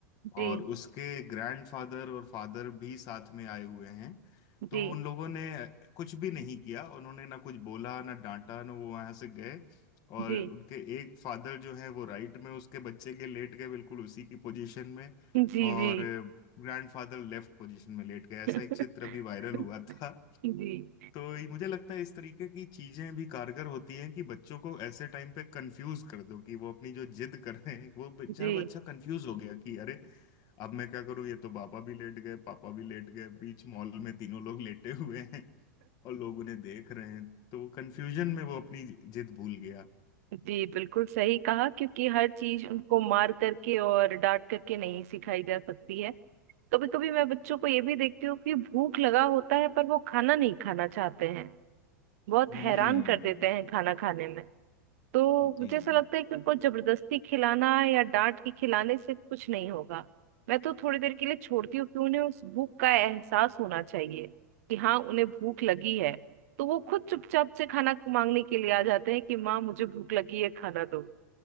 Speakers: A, on the right (about 60°); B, on the left (about 45°).
A: जी
B: और उसके ग्रैंडफादर और फादर भी साथ में आए हुए हैं तो
A: जी
B: उन लोगों ने कुछ भी नहीं किया उन्होंने ना कुछ बोला ना डांटा ना वो वहां से गए और
A: जी
B: उनके एक फादर जो है वो राइट में उसके बच्चे के लेट गए बिल्कुल उसी की पोजीशन में
A: जी
B: और
A: जी
B: ग्रैंडफादर लेफ्ट पोजीशन में लेट गए ऐसा
A: <laughs>
B: एक चित्र अभी वायरल हुआ था
A: जी
B: तो ये- मुझे लगता है इस तरीके की चीजें भी कारगर होती हैं कि बच्चों को ऐसे टाइम पे कंफ्यूज कर दो कि वो अपनी जो जिद कर रहे हैं वो बेचारा
A: जी
B: बच्चा कंफ्यूज हो गया कि अरे अब मैं क्या करूं ये तो पापा भी लेट गए पापा भी लेट गए बीच मॉल में तीनों लोग लेटे हुए हैं और लोग उन्हें देख रहे हैं तो कंफ्यूजन में वो अपनी जिद भूल गया
A: जी बिल्कुल सही कहा क्योंकि हर चीज उनको मार करके और डांट करके नहीं सिखाई जा सकती है कभी कभी मैं बच्चों को ये भी देखती हूँ कि भूख लगा होता है पर वो खाना नहीं खाना चाहते हैं बहुत
B: हम्म
A: हैरान कर देते हैं खाना खाने में तो
B: जी
A: मुझे ऐसा
B: जी
A: लगता है कि उनको जबरदस्ती खिलाना या डांट के खिलाने से कुछ नहीं होगा मैं तो थोड़ी देर के लिए छोड़ती हूँ कि उन्हें उस भूख का एहसास होना चाहिए कि हाँ उन्हें भूख लगी है तो वो खुद चुपचाप से खाना मांगने के लिए आ जाते हैं कि माँ मुझे भूख लगी है खाना दो